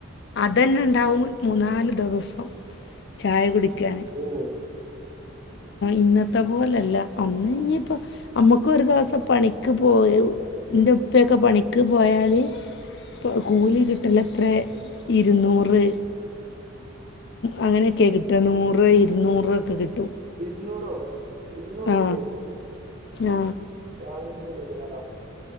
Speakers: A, on the left; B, on the right.
A: അതന്നുണ്ടാവും മൂന്നാല് ദിവസം ചായ കുടിക്കന്
B: ഓ
A: ഇന്നത്തെ പോലല്ലാ അന്ന് ഞ്ഞിപ്പോ നമ്മുക്ക് ഒരു ദിവസം പണിക്ക് പോയൻറെ ഉപ്പയൊക്കെ പണിക്ക് പോയാല് പ് കൂലി കിട്ടൽ എത്ര
B: ഉം
A: ഇരുന്നൂ റ് അങ്ങനെയൊക്കെയാ കിട്ടുക നൂറ് ഇരുന്നൂറ് ഒക്കെ കിട്ടും.
B: ഇരുന്നൂറോ ഇരുന്നൂറുപേ
A: ആ ആ
B: രാവും ഇട്ട് വരുന്നാലോ